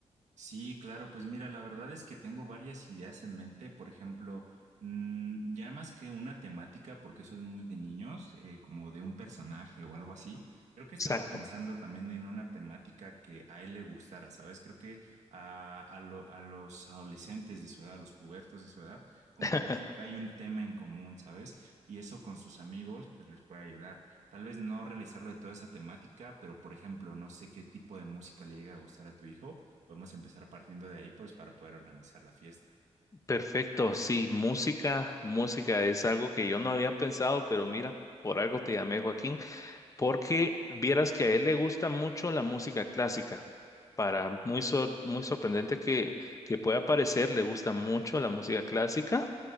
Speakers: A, on the right (about 75°); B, on the left (about 25°).
A: Sí, claro, pues mira, la verdad es que tengo varias ideas en mente, por ejemplo, mm, ya más que una temática, porque eso es muy de niños, eh, como de un personaje o algo así, creo que estaba
B: Exacto.
A: pensando también en una temática que a él le gustara, ¿sabes? Creo que a, a lo- a los adolescentes de su edad, a los pubertos de su edad, como
B: <laughs>
A: que les atrae un tema en común, ¿sabes? Y eso con sus amigos, pues les puede ayudar. Tal vez no realizarlo de toda esa temática, pero por ejemplo, no sé qué tipo de música le llega a gustar a tu hijo Podemos empezar partiendo de ahí, pues, para poder organizar la fiesta.
B: Perfecto, sí, música, música es algo que yo no había pensado, pero mira, por algo te llamé, Joaquín. porque vieras que a él le gusta mucho la música clásica. Para muy, sor- muy sorprendente que, que pueda parecer, le gusta mucho la música clásica,